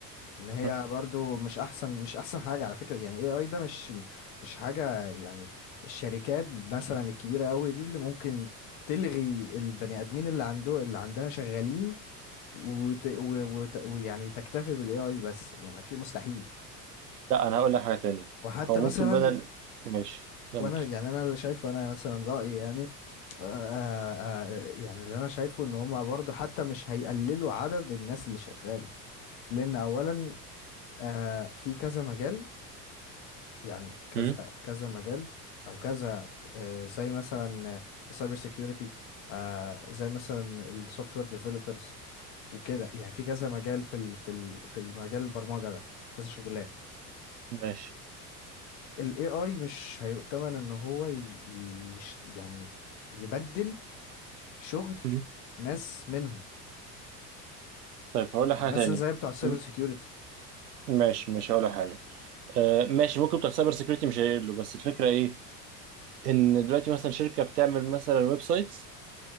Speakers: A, on the left; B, on the right.
A: ان
B: <laughs>
A: هي برضو مش احسن مش احسن حاجه على فكره يعني اي اي ده مش مش حاجه يعني الشركات مثلا الكبيره قوي دي اللي ممكن تلغي البني ادمين اللي عنده اللي عندها شغالين وت... و... وت... ويعني تكتفي بالاي اي بس يعني ما في مستحيل
B: لا انا هقول لك حاجه تانية
A: وحتى
B: هو ممكن
A: مثلا
B: بدل ماشي كمل
A: وانا يعني انا اللي شايفه انا مثلا رايي يعني آه آه آه، يعني اللي انا شايفه ان هما برضه حتى مش هيقللوا عدد الناس اللي شغالة لان اولا آه في كذا مجال يعني كذا
B: مم.
A: كذا مجال او كذا آه، زي مثلا السايبر سيكيورتي زي مثلا السوفت وير ديفلوبرز وكده يعني في كذا مجال في ال في ال في المجال البرمجة ده كذا شغلان
B: ماشي
A: ال AI مش هيؤتمن ان هو ي- يش يعني يبدل شغل
B: مم.
A: ناس منهم
B: طيب هقول لك
A: يعني
B: حاجه
A: مثلا
B: تانية
A: زي بتوع السايبر
B: م-
A: سيكيورتي
B: ماشي مش هقول لك حاجه آه ماشي ممكن بتوع سايبر سيكيورتي مش هيقلوا بس الفكره ايه ان دلوقتي مثلا شركه بتعمل مثلا ويب سايتس